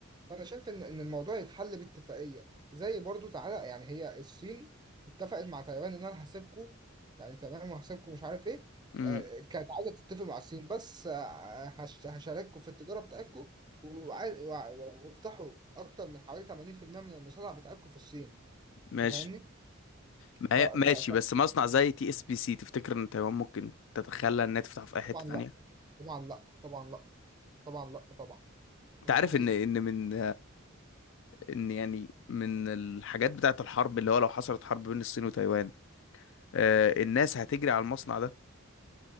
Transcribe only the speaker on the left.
امم
ماشي
ما
هي
ماشي
بس مصنع زي تي اس بي سي تفتكر ان تايوان ممكن تتخلى انها تفتح في اي حته
تانية
انت
عارف ان ان من ان يعني من الحاجات بتاعت الحرب اللي هو لو حصلت حرب بين الصين وتايوان آه، الناس هتجري على المصنع ده